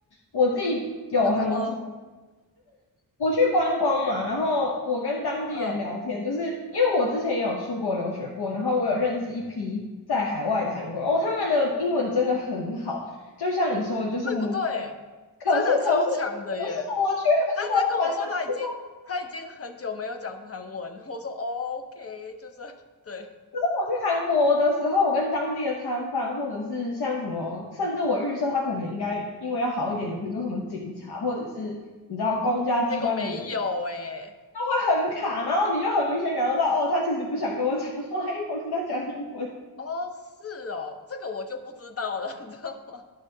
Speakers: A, on the left; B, on the left.
A: 我自己有韩国经，
B: 真的吗？
A: 我去观光嘛，然后我跟当地人聊天，
B: 嗯，
A: 就是因为我之前也有出国留学过，然后我有认识一批在海外的韩国人，哦，他们的英文真的很好，就像你说的，就是母语。
B: 对不对？
A: 可是，
B: 真的超强的耶！
A: 可是，可是我去韩国玩的时
B: 他他跟我说他已经他已经很久没有讲韩文，我说哦 OK，就是对。
A: 我去韩国的时候，我跟当地的摊贩，或者是像什么，甚至我预设他可能应该因为要好一点的，比如说什么警察，或者是你知道公家机关的人，
B: 结果没有哎、
A: 会很卡，然后你就很明显感受到，哦，他其实不想跟我讲话，因为我跟他讲英文。
B: 哦，是哦，这个我就不知道了，<laughs> 你知道吗？